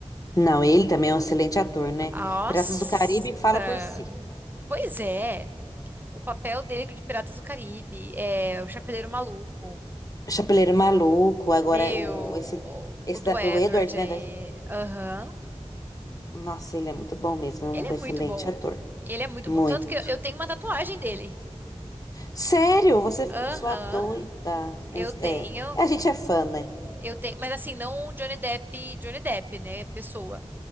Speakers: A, on the left; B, on the right.
A: Não, ele também é um excelente ator, né?
B: Nossa.
A: Piratas do Caribe fala por si.
B: Pois é, o papel dele de Piratas do Caribe, é o Chapeleiro Maluco,
A: Chapeleiro Maluco, agora
B: meu,
A: é o, esse,
B: o
A: esse
B: do
A: da-
B: Edward
A: o Edward, né?
B: aí,
A: da-
B: aham.
A: Nossa, ele é muito bom mesmo, é um
B: Ele é muito
A: excelente
B: bom.
A: ator.
B: Ele é muito
A: Muito.
B: bom. Tanto que eu, eu tenho uma tatuagem dele.
A: Sério, você,
B: Aham,
A: sua doida.
B: eu tenho.
A: É, é, a gente é fã, né?
B: Eu tenho, mas assim, não o Johnny Depp, Johnny Depp, né? Pessoa.